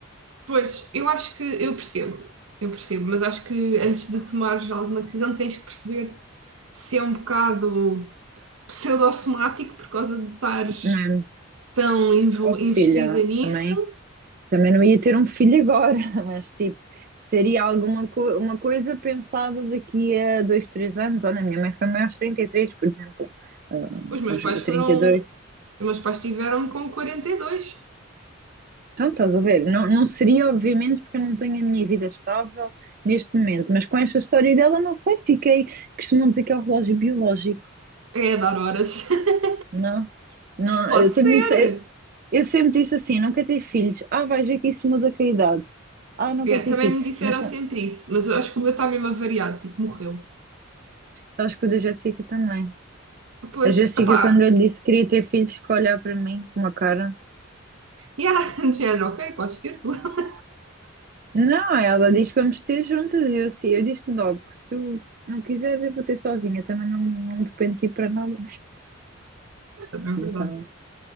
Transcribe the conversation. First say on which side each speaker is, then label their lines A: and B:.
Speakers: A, on the right (about 75°); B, on the right (about 45°).
A: Pois, eu acho que eu percebo, eu percebo, mas acho que antes de tomares alguma decisão tens que perceber se é um bocado. pseudo-somático por causa de estares
B: não é?
A: tão investida
B: Oh, filha,
A: nisso.
B: também. Também não ia ter um filho agora, <laughs> mas tipo, seria alguma co uma coisa pensada daqui a dois, três anos. Olha, a minha mãe foi mãe aos 33 por exemplo, ah,
A: Os meus
B: aos
A: pais
B: trinta
A: foram.
B: e dois
A: Os meus pais tiveram-me com quarenta e dois,
B: Então, estás a ver? Não, não seria, obviamente, porque eu não tenho a minha vida estável neste momento, mas com esta história dela, não sei, fiquei. Costumam dizer que é o relógio biológico,
A: É dar horas. <laughs>
B: não? Não,
A: Pode
B: eu
A: ser.
B: sempre, me disse- eu sempre disse assim: não quero ter filhos. Ah, vais ver que isso muda com a idade. Ah, não
A: É,
B: quero ter
A: também
B: filhos.
A: me disseram
B: Mas
A: sempre isso, mas eu acho que o meu está mesmo avariado, tipo, morreu.
B: sabes que o da Jéssica também.
A: Pois,
B: A Jéssica,
A: opá,
B: quando eu lhe disse que queria ter filhos, ficou a olhar para mim com uma cara.
A: yeah, <laughs> de género, ok, podes ter tu. <laughs>
B: Não, ela diz que vamos ter juntas. E eu, sim, eu disse logo que se tu não quiseres, eu vou ter sozinha. Também não, não dependo de ti para nada.
A: Mas também é
B: Então,
A: verdade.